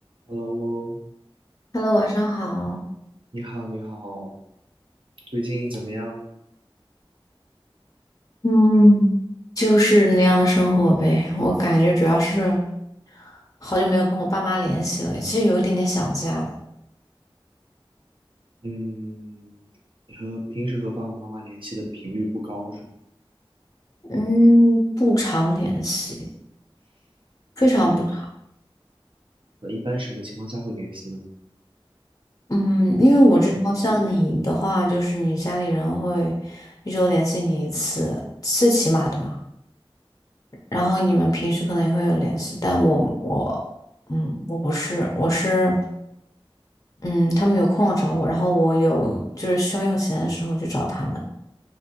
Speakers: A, on the right; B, on the left.
A: Hello，
B: Hello，晚上好。
A: 你好，你好，最近怎么样？
B: 嗯，就是那样的生活呗，我感觉主要是好久没有跟我爸妈联系了，其实有一点点想家的。
A: 嗯，你和平时和爸爸妈妈联系的频率不高是吗？
B: 嗯，不常联系，非常不常。
A: 嗯，那一般什么情况下会联系呢？
B: 嗯，因为我知道像你的话，
A: 日常活动
B: 就是你家里人会一周联系你一次，最起码的嘛。然后你们平时可能也会有联系，但我我嗯，我不是，我是嗯，他们有空了找我，然后我有就是需要用钱的时候去找他们，